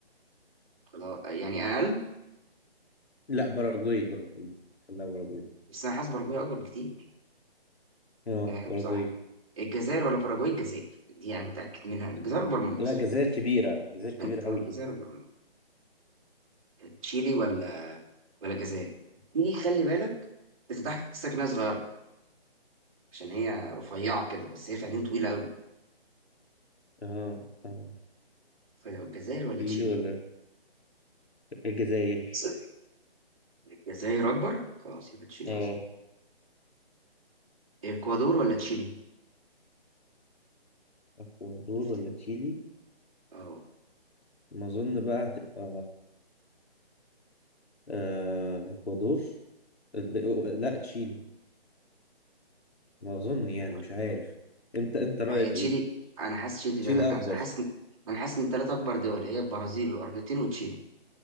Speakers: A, on the right; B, on the left.
A: خلاص يعني أقل
B: لا باراجواي باراجواي لا باراجواي
A: بس أنا حاسس باراجواي أكبر بكتير
B: اه
A: تمام
B: باراجواي
A: صح الجزائر ولا باراجواي؟ الجزائر دي أنا متأكد منها الجزائر أكبر من مصر
B: لا جزائر كبيرة جزائر كبيرة
A: آه،
B: قوي
A: الجزائر أكبر من مصر طيب تشيلي ولا ولا الجزائر؟ تشيلي خلي بالك بتضحك تحسسك إنها صغيرة عشان هي رفيعة كده بس هي فعليا طويلة أوي
B: اه اه
A: فالجزائر ولا
B: تشيلي
A: تشيلي؟
B: ولا الجزائر
A: صح الجزائر أكبر؟ خلاص يبقى تشيلي
B: اه
A: أصغر اكوادور ولا تشيلي
B: اكوادور
A: تفتكر
B: ولا تشيلي
A: اه
B: ما اظن بقى هتبقى آه الاكوادور ال- لا تشيلي ما اظن يعني
A: ولا-
B: مش عارف انت انت رايك
A: هي تشيلي
B: ايه
A: انا حاسس تشيلي
B: تشيلي
A: ده- انا
B: اكبر
A: حاسس انا حاسس ان الثلاث اكبر دول هي البرازيل والارجنتين وتشيلي